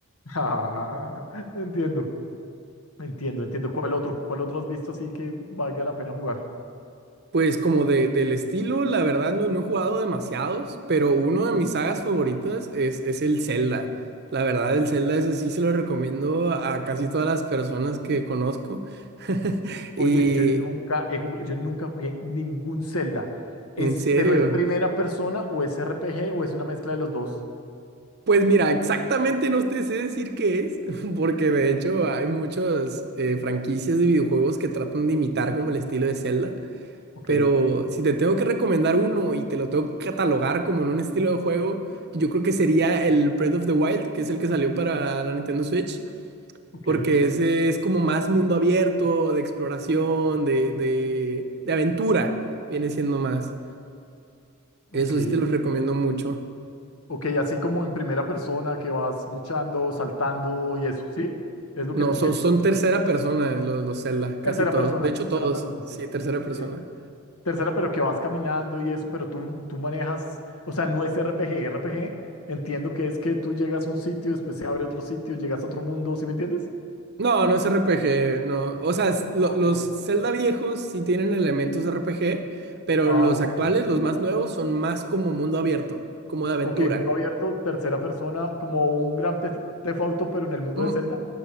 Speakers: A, on the left; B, on the right.
A: Ah, entiendo, entiendo, entiendo. ¿Cuál otro? ¿Cuál otro has visto así que valga la pena jugar?
B: Pues como de, del estilo, la verdad no, no he jugado demasiados, pero uno de mis sagas favoritas es, es el Zelda. La verdad, el Zelda ese sí se lo recomiendo a casi todas las personas que conozco. <laughs> Y
A: Oye, yo nunca he jugado, yo nunca jugué ningún Zelda. Es,
B: en serio,
A: pero ¿es primera persona o es RPG o es una mezcla de los dos?
B: pues mira, exactamente no te sé decir qué es, <laughs> porque de hecho
A: Ok.
B: hay muchas eh, franquicias de videojuegos que tratan de imitar como el estilo de Zelda.
A: Ok,
B: Pero si te tengo que recomendar uno y te lo tengo que catalogar como en un estilo de juego, yo creo que sería el Breath of the Wild, que es el que salió para la Nintendo Switch,
A: ok,
B: porque ese es como más mundo abierto, de exploración, de, de, de aventura, viene siendo más.
A: ok,
B: Eso sí te los recomiendo mucho.
A: ok, así como en primera persona que vas luchando, saltando y eso, ¿sí? Es lo
B: No,
A: que te entiendo.
B: son, son tercera persona los, los Zelda, casi
A: Tercera
B: todos.
A: persona,
B: De hecho,
A: tercera
B: todos,
A: persona, sí.
B: sí, tercera persona.
A: Sí. Tercera, pero que vas caminando y eso, pero tú, tú manejas, o sea, no es RPG. RPG, entiendo que es que tú llegas a un sitio, después se abre otro sitio, llegas a otro mundo, ¿sí me entiendes?
B: No, no es RPG, no. O sea, s- lo-
A: Ah, ok.
B: los Zelda viejos sí tienen elementos de RPG, pero
A: Ah,
B: los
A: ok.
B: actuales, los más nuevos, son más como mundo abierto, como de aventura.
A: Ok, mundo abierto, tercera persona, como un gran Theft Theft Auto, pero en el mundo
B: Mm,
A: de Zelda.